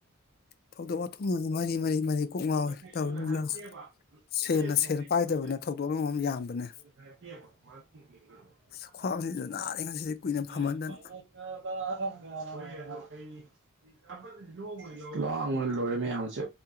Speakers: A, on the left; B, on the right.
A: ꯊꯧꯗꯣꯛ ꯋꯥꯊꯣꯛ ꯃꯅꯤ ꯃꯔꯤ ꯃꯔꯤ
B: <unintelligible> <unintelligible> <unintelligible>
A: ꯀꯣꯛ ꯉꯥꯎꯋꯤ ꯇꯧꯔꯤꯕ ꯁꯦꯟꯅ ꯁꯦꯟ ꯄꯥꯏꯗꯕꯅꯦ ꯊꯧꯗꯣꯛꯅ ꯃꯔꯣꯝ ꯌꯥꯝꯕꯅꯦ ꯑꯁ ꯈ꯭ꯋꯥꯡꯁꯤꯁꯨ ꯅꯥꯔꯦ ꯉꯁꯤꯗꯤ ꯀꯨꯏꯅ ꯐꯝꯃꯟꯗꯅ
B: ꯂꯥꯡꯅ ꯂꯣꯏꯔꯦ ꯃꯌꯥꯝꯁꯦ